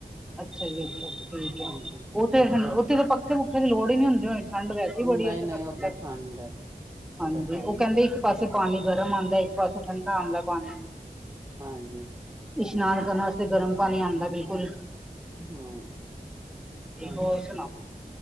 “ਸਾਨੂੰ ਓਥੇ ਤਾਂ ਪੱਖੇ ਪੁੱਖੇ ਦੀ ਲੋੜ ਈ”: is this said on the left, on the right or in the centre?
Centre